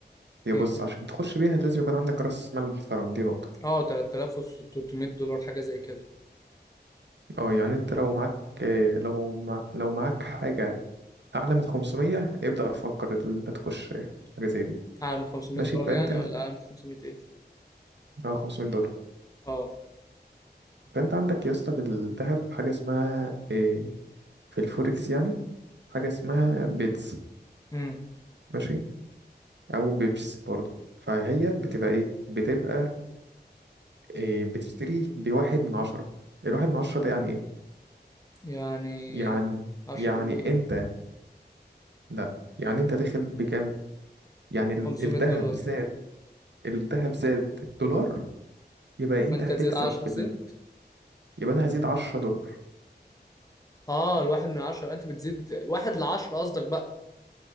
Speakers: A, on the right; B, on the left.
A: يا
B: ايه
A: بص عشان تخش بيها لازم يكون عندك رأس مال محترم دي نقطة
B: اه 3600 دولار حاجة زي كده
A: اه يعني أنت لو معاك آه، لو مع... لو معاك حاجة أعلى من 500 ابدأ فكر إن أنت تخش آه، حاجة زي دي
B: اعلى من 500
A: ماشي
B: دولار
A: فأنت
B: يعني ولا اعلى من 500 ايه
A: اه 500 دولار
B: اه
A: فأنت عندك يا اسطى في الذهب حاجة اسمها إيه في الفوركس يعني حاجة اسمها بيتز
B: امم
A: ماشي او بيبس برضه فهي بتبقى ايه بتبقى إيه بتشتري بواحد من عشرة الواحد من عشرة ده يعني ايه
B: يعني
A: يعني
B: 10%
A: يعني انت لا يعني انت داخل بكام يعني ال-
B: 500
A: الذهب
B: دولار
A: زاد الذهب زاد الدولار يبقى انت
B: وانت
A: هتكسب
B: تزيد 10
A: في
B: سنت
A: ال... يبقى انا هزيد عشرة دولار
B: اه الواحد من 10 انت بتزيد واحد ل 10 قصدك بقى